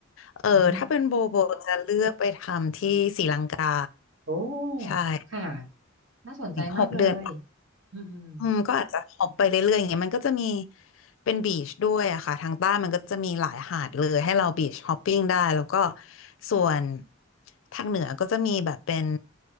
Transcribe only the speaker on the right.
อืมโอ้
ค่ะน่าสนใจมากเลย
อืมอืม